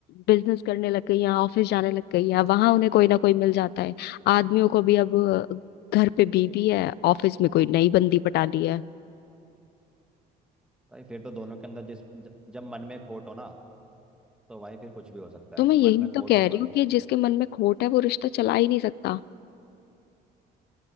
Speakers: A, on the left (about 75°); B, in the centre.
A: बिजनेस करने लग गई हैं ऑफिस जाने लग गई हैं वहां उन्हें कोई ना कोई मिल जाता है आदमियों को भी अब घर पे बीवी है ऑफिस में कोई नई बंदी पटा ली है
B: भाई फिर तो दोनों के अंदर जिस ज- जब मन में खोट हो ना तो भाई फिर कुछ भी हो सकता
A: तो
B: है
A: मैं यही
B: मन में खोट
A: तो कह
B: होगा
A: रही हूँ कि जिसके मन में खोट है वो रिश्ता चला ही नहीं सकता